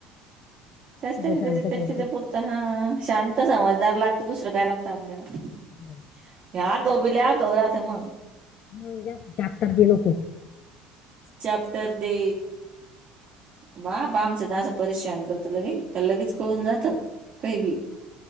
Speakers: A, on the right; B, on the left.
A: त्याच त्याच
B: शांत
A: त्या
B: शांत
A: त्याच्यापुरत हा शांत समजदार लागत दुसरं काय लागतं आपल्यावर
B: हम्
A: ह्या गोबील्या गौराात मग
B: म्या सच्यााततरपिनुक
A: चॅप्टर दे वा बामचं असं परेशान करत लगे तर लगेच कळून जातं काही बी